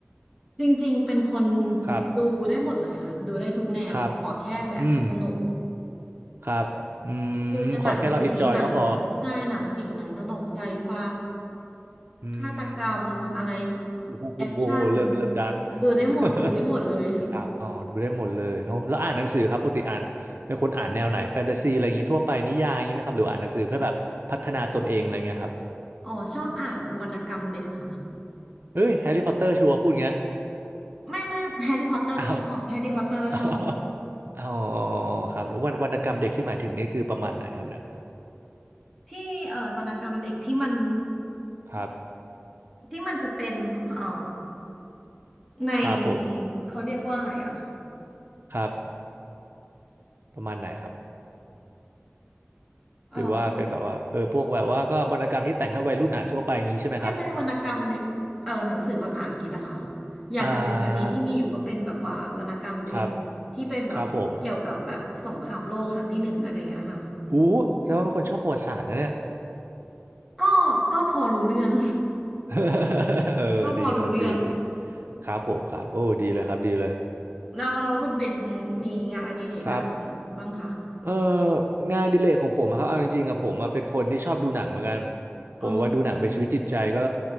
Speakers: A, in the centre; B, on the right.
A: จริงๆเป็นคน
B: ครับ
A: ดูได้หมดเลยค่ะดูได้ทุกแนวขอแค่แบบสนุก
B: ครับอืมครับอื
A: เออจะหนังผีหนังใช่หนังผีหนังตลกไซไฟ
B: มขอแค่เราเอนจอยก็พออืม
A: ฆาตกรรมอะไร
B: โอ้โหเริ่มเริ่มดาร์ก
A: แอคชั่นดูได้หมดดูได้หมดเลย
B: <laughs> ครับอ๋อดูได้หมดเลยแล้วแล้วอ่านหนังสือครับปกติอ่านเป็นคนอ่านแนวไหนแฟนตาซีอะไรอย่างนี้ทั่วไปนิยายอย่างนี้ไหมครับหรืออ่านหนังสือเพื่อแบบพัฒนาตนเองอะไรเงี้ยครับ
A: อ๋อชอบอ่านวรรณกรรมเด็กค่ะ
B: เฮ้ยแฮร์รี่พอตเตอร์ชัวร์พูดอย่างเงี้ย
A: ไม่ไม่แฮร์รี่พอตเตอร์ก็ชอบแฮร์รี่พอตเตอร์ก็ชอบ
B: อ้าว <laughs> อ้าวอ๋อครับแล้ววรรณวรรณกรรมเด็กที่หมายถึงนี่คือประมาณไหนครับเนี่ย
A: ที่เอ่อวรรณกรรมเด็กที่มัน
B: ครับ
A: ที่มันจะเป็นเอ่อใน
B: ครับผม
A: เขาเรียกว่าอะไรอ่ะ
B: ครับประมาณไหนครับ
A: เออ
B: หรือว่าเป็นแบบว่าเออพวกแบบว่าก็วรรณกรรมที่แต่งให้วัยรุ่นอ่านทั่วไปอย่างนี้ใช่ไหมครับ
A: ไม่ไม่วรรณกรรมเด็กเออหนังสือภาษาอังกฤษอะค่ะอย่างอย่างอันนี้ที่มีอยู่ก็เป็นแบบว่าวรรณกรรมเด็ก
B: อ่าครับ
A: ที่เป็นแบบเกี่ยวกับแบบสงครามโลกครั้งที่หนึ่งอะไรเงี้ยค่ะ
B: ครับผม อู้แสดงว่าเป็นคนชอบประวัติศาสตร์นะเนี่ย
A: ก็ก็พอรู้เรื่อง
B: <laughs> เออดีครับดีดี
A: <laughs> ก็พอรู้เรื่อง
B: ครับผมครับโอ้ดีเลยครับดีเลย
A: เราเราคุณเบ็ดมีงานอดิเรกอะไร
B: ครับ
A: บ้างคะ
B: เอองานอดิเรกของผมอะครับเอาจริงๆอะผมอะเป็นคนที่ชอบดูหนังเหมือนกันผมว่าดูหนังเป็นชีวิตจิตใจก็
A: อ๋อ